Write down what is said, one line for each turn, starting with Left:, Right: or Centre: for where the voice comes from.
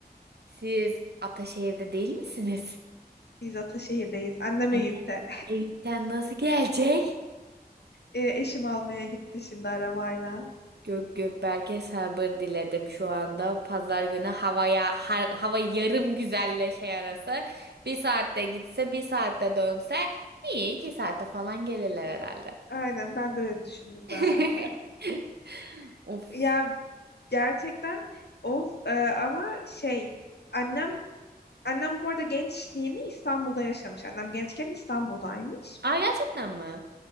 Right: Siz Ataşehir'de değil misiniz?
Left: Biz Ataşehir'deyiz. Annem
Right: Anne
Left: Eyüp'te.
Right: Eyüp'ten nasıl gelecek?
Left: E, eşim almaya gitti şimdi arabayla.
Right: Gök Gökberk'e sabır diledim şu anda. Pazar günü havaya har- hava yarım güzelle şey arası. Bir saatte gitse, bir saatte dönse iyi iki saate falan gelirler herhalde.
Left: Aynen ben de öyle düşündüm
Right: <laughs>
Left: zaten. <laughs>
Right: Of.
Left: Ya gerçekten of e, ama şey annem annem bu arada gençliğini İstanbul'da yaşamış. Annem gençken İstanbul'daymış.
Right: Aa gerçekten mi?